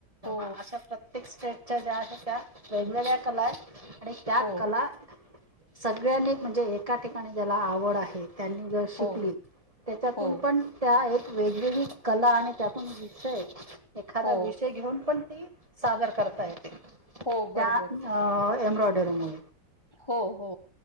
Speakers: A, on the left (about 15°); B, on the right (about 20°).
A: हो,
B: अशा प्रत्येक स्टेटच्या ज्या आहेत त्या वेगवेगळ्या कला आहेत आणि त्या
A: हो,
B: कला सगळ्यांनी म्हणजे एका ठिकाणी ज्याला आवड आहे त्यांनी जर शिकली
A: हो,
B: त्याच्यातून
A: हो,
B: पण त्या एक वेगवेगळी कला आणि त्यातून विषय एखादा
A: हो,
B: विषय घेऊन पण ती सादर करता येते
A: हो,
B: त्या
A: बरोबर.
B: एम्ब्रॉयडरी मु
A: हो हो